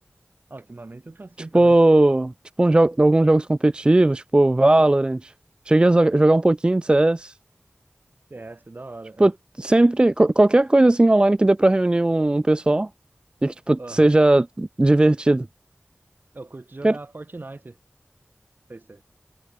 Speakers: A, on the right; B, on the right.
A: Ah, Ultimamente eu tô assim
B: Tipo,
A: também.
B: tipo um jo alguns jogos competitivos, tipo Valorant. Cheguei a zo- jogar um pouquinho de CS.
A: C S da hora.
B: Tipo, sempre, qu- qualquer coisa assim online que dê pra reunir um, um pessoal e que, tipo,
A: É. Aham.
B: seja divertido.
A: Eu curto jogar
B: Quer-
A: Fortnite. Não sei se você